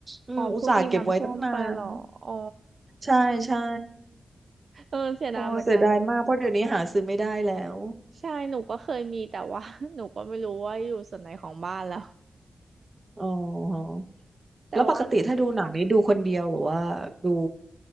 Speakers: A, on the right (about 35°); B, on the right (about 60°).
A: อืมอุตส่าห์เก็บไว้ตั้งนาน
B: อ๋อเพิ่งมีน้ำท่วมไปเหรออ๋อ
A: ใช่ใช่
B: เออเสียดายเหมือนกัน
A: โอ้เสียดายมากเพราะเดี๋ยวนี้หาซื้อไม่ได้แล้ว
B: ใช่หนูก็เคยมีแต่ว่า <laughs> หนูก็ไม่รู้ว่าอยู่ส่วนไหนของบ้านแล้ว
A: อ๋อ
B: <laughs> แต่ว่า
A: แล้วปกติถ้าดูหนังนี้ดูคนเดียวหรือว่าดู
B: ค่ะ